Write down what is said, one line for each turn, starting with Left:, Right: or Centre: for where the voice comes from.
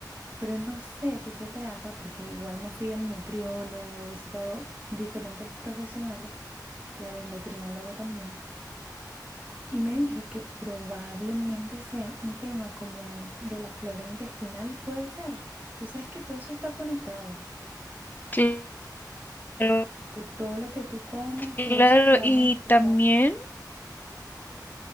Right: pero no sé si se trata, porque igual me fui al nutriólogo, he visitado diferentes profesionales y al endocrinólogo también, y me dijo que probablemente sea un tema como de la flora intestinal, puede ser. Tú sabes que todo eso está conectado,
Left: Cl- Claro,
Right: que todo lo que tú comes,
Left: claro.
Right: todo eso te va
Left: Y
Right: a manifestar,
Left: también